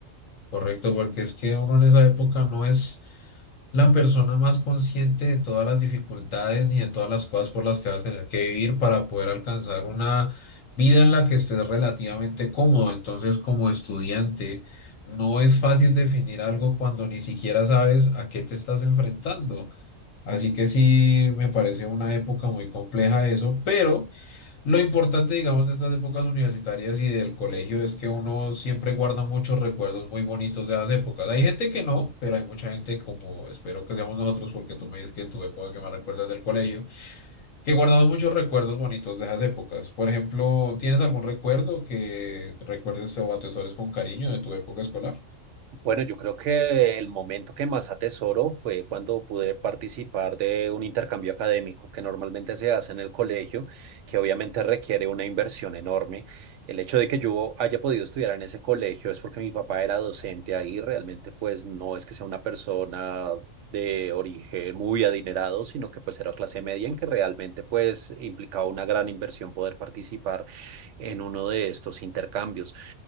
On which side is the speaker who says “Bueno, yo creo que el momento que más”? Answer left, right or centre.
Right